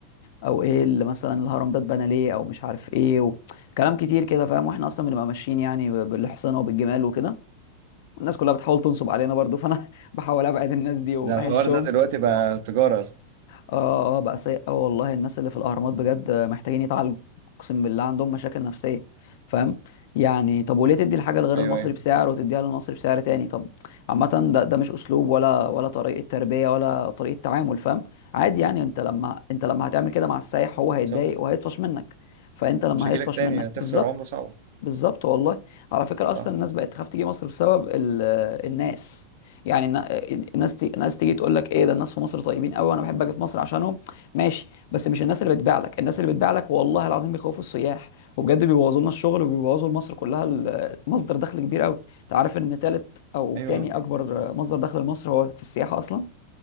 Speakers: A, on the left; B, on the right.
A: او ايه اللي مثلا الهرم ده اتبنى ليه او مش عارف ايه و... كلام كتير كده فاهم واحنا اصلا بنبقى ماشيين يعني ب- بالاحصنه وبالجمال وكده الناس كلها بتحاول تنصب علينا برضو فانا <laughs> بحاول ابعد الناس دي واهشهم
B: ده الحوار ده دلوقتي بقى تجاره يا اسطى
A: اه اه بقى سيء قوي والله الناس اللي في الاهرامات بجد محتاجين يتعالجوا اقسم بالله عندهم مشاكل نفسيه فاهم يعني طب وليه تدي الحاجه لغير
B: ايوه
A: المصري
B: ايوه
A: بسعر وتديها للمصري بسعر تاني طب عامه ده ده مش اسلوب ولا ولا طريقه تربيه ولا طريقه تعامل فاهم عادي يعني انت لما انت لما هتعمل كده مع السايح هو هيتضايق
B: صح
A: وهيطفش منك فانت لما
B: مش هجيلك
A: هيطفش
B: تاني
A: منك
B: هتخسر
A: بالظبط
B: عمله صعبه
A: بالظبط والله على فكرة
B: صح
A: أصلا الناس بقت تخاف تيجي مصر بسبب ال- الناس يعني النا- الناس تي... الناس تيجي تقول لك ايه ده الناس في مصر طيبين قوي انا بحب اجي في مصر عشانهم ماشي بس مش الناس اللي بتبيع لك الناس اللي بتبيع لك والله العظيم بيخوفوا السياح وبجد بيبوظوا لنا الشغل وبيبوظوا لمصر كلها ال- مصدر دخل كبير قوي انت عارف ان تالت او
B: ايوه
A: تاني اكبر مصدر دخل لمصر هو في السياحة اصلا